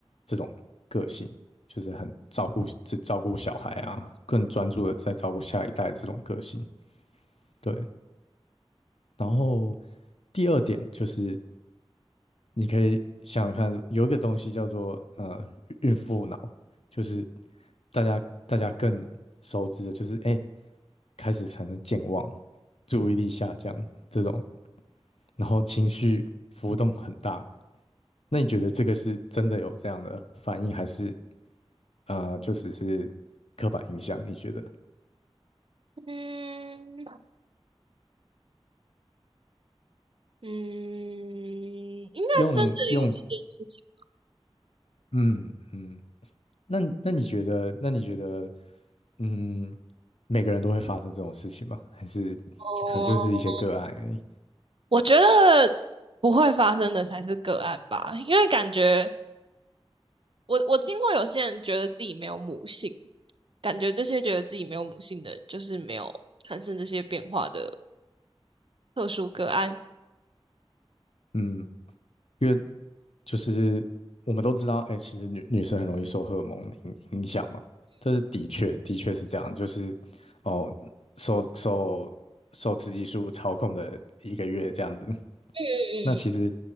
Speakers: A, on the left; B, on the right.
A: 这种个性，就是很照顾只照顾小孩啊，更专注的在照顾下一代这种个性。对，然后第二点就是你可以想想看，有一个东西叫做呃孕妇脑，就是大家大家更熟知的，就是哎、诶开始产生健忘、注意力下降这种，然后情绪浮动很大。那你觉得这个是真的有这样的反应，还是呃就只是刻板印象？你觉得
B: 嗯嗯，嗯，应该是真的有这件事情
A: 用用嗯嗯，那那你觉得那你觉得嗯每个人都会发生这种事情吗？还是就可能就是一些个案而已？
B: 哦。我觉得不会发生的才是个案吧，因为感觉我我听过有些人觉得自己没有母性，感觉这些觉得自己没有母性的人就是没有产生这些变化的特殊个案。
A: 嗯，因为就是我们都知道，哎、其实女女生很容易受荷尔蒙的影影响嘛，这是的确的确是这样，就是哦，受受受雌激素操控的一个月这样子。
B: 嗯
A: 那其实，